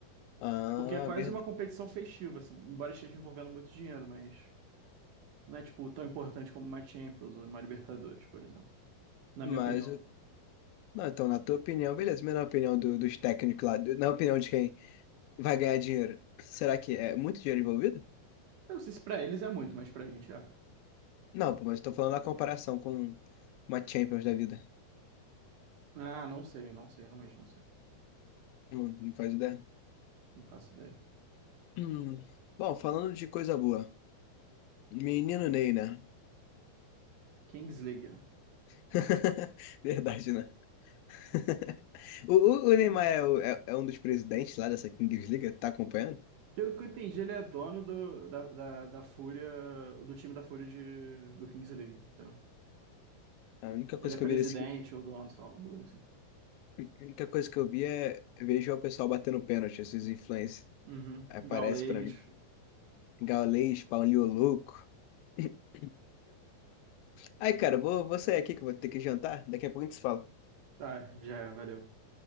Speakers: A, on the left (about 80°); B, on the right (about 65°).
A: Ah,
B: Porque é quase
A: verdade.
B: uma competição festiva, assim, embora esteja envolvendo muito dinheiro, mas não é, tipo, tão importante como uma Champions ou uma Libertadores, por exemplo. Na
A: Mas,
B: minha opinião.
A: não, então, na tua opinião, beleza, mas na opinião do- dos técnicos lá, do- na opinião de quem vai ganhar dinheiro, será que é muito dinheiro envolvido?
B: Eu não sei se pra eles é muito, mas pra gente é.
A: Não, pô, mas eu tô falando na comparação com uma Champions da vida.
B: Ah, não sei, não sei, realmente não sei.
A: Não, não faz ideia.
B: Não faço ideia.
A: Hum. Bom, falando de coisa boa, menino Ney, né?
B: Kings League, né?
A: <laughs> Verdade, né? <laughs> O, o- o Neymar é, o- é- é um dos presidentes lá dessa Kings League, tá acompanhando?
B: Pelo que eu entendi, ele é dono do, da, da, da Fúria, do time da Fúria de, do Kings League. Entendeu?
A: A única coisa
B: Ele é
A: que
B: presidente
A: eu vi desse,
B: ou dono, sei lá, alguma coisa assim.
A: a única coisa que eu vi é vejo o pessoal batendo pênalti, esses influencers.
B: Uhum.
A: Aí aparece
B: Gaulês.
A: pra mim. Gaules, Paulinho Louco. <laughs> Ai, cara, vou, vou sair aqui que eu vou ter que jantar. Daqui a pouco a gente se fala.
B: Tá, já, é, valeu.